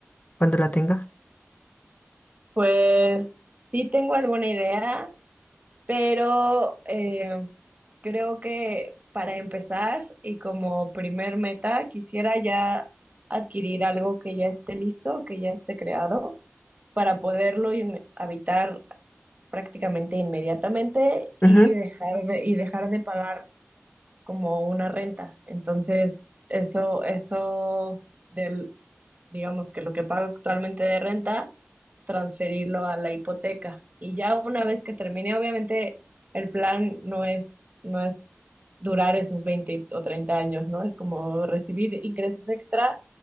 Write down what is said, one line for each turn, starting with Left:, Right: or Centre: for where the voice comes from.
Left: cuando la tengas?
Right: Pues sí tengo alguna idea, pero eh, creo que para empezar y como primer meta quisiera ya adquirir algo que ya esté listo, que ya esté creado, para poderlo in- habitar prácticamente inmediatamente y
Left: Ujú.
Right: dejar de, y dejar de pagar como una renta. Entonces, eso, eso del, digamos que lo que pago actualmente de renta, transferirlo a la hipoteca. Y ya una vez que termine, obviamente el plan no es, no es durar esos 20 o 30 años, ¿no? Es como recibir ingresos extra